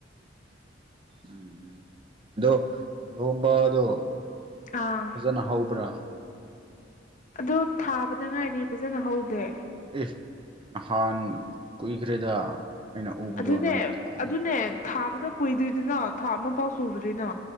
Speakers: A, on the right; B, on the left.
A: ꯎꯝ ꯑꯗꯣ ꯂꯣꯍꯣꯡꯕꯗꯣ
B: ꯑꯥ
A: ꯐꯖꯅ ꯍꯧꯕ꯭ꯔꯥ
B: ꯑꯗꯨ ꯊꯥꯕꯗ ꯉꯥꯏꯔꯤ ꯐꯖꯅ ꯍꯧꯗꯦ
A: ꯑꯁꯥꯦ ꯅꯍꯥꯟ ꯀꯨꯏꯈ꯭ꯔꯦꯗ ꯑꯩꯅ ꯎꯕꯗꯣ
B: ꯑꯗꯨꯅꯦ
A: ꯅꯪ ꯊꯥ
B: ꯑꯗꯨꯅꯦ ꯊꯥ ꯃꯗ ꯀꯨꯏꯗ꯭ꯔꯤꯗꯅꯣ ꯊꯥ ꯑꯃ ꯐꯥꯎ ꯁꯨꯗ꯭ꯔꯤꯅ